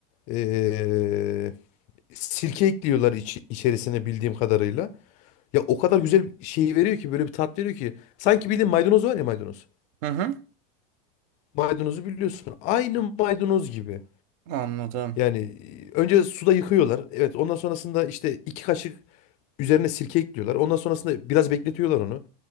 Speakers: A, on the left; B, on the right.
A: E, sirke ekliyorlar iç- içerisine bildiğim kadarıyla. Ya o kadar güzel şeyi veriyor ki böyle bir tat veriyor ki. Sanki bildiğin maydanoz var ya maydanoz.
B: Hı hı.
A: Maydanozu biliyorsun. Aynı maydanoz gibi.
B: Anladım.
A: Yani e, önce suda yıkıyorlar. Evet ondan sonrasında işte iki kaşık üzerine sirke ekliyorlar. Ondan sonrasında biraz bekletiyorlar onu.